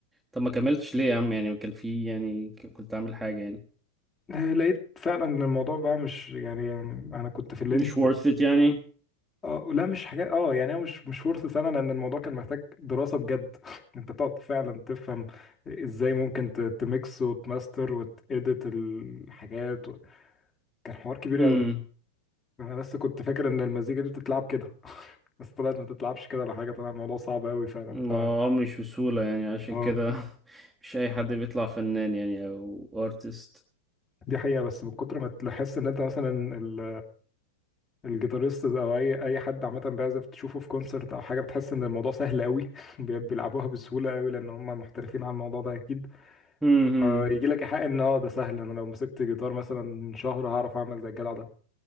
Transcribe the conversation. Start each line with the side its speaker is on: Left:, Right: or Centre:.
Centre: طب ما كملتش ليه يا عم يعني كان في يعني كنت عامل حاجة يعني
Left: لقيت فعلا ان الموضوع بقى مش يعني يعني انا كنت في اللينج
Centre: مش worth it يعني
Left: اه لا مش حاجات اه يعني هو مش مش فرصة سنة لأن الموضوع كان محتاج دراسة بجد <laughs> أنت تقعد فعلا تفهم إزاي ممكن ت- تميكس وتماستر وتإديت الحاجات و... كان حوار كبير
Centre: امم
Left: مم. قوي أنا لسه كنت فاكر إن المزيكا دي بتتلعب كده <laughs> بس طلعت ما تتلعبش كده ولا حاجة طلع الموضوع صعب قوي فعلا
Centre: ما
Left: ف
Centre: آه، مش بسهولة يعني عشان
Left: اه
Centre: كده <laughs> مش أي حد بيطلع فنان يعني أو artist
Left: دي حقيقة بس من كتر ما تحس إن أنت مثلا ال... الجيتاريست أو أي أي حد عامة بيعزف تشوفه في كونسرت أو حاجة بتحس إن الموضوع سهل قوي <laughs> بيلعبوها بسهولة قوي لأن هم محترفين على الموضوع ده أكيد
Centre: امم
Left: آه، يجي لك حق ان اه ده سهل انا لو مسكت جيتار مثلا شهر هعرف اعمل زي الجدع ده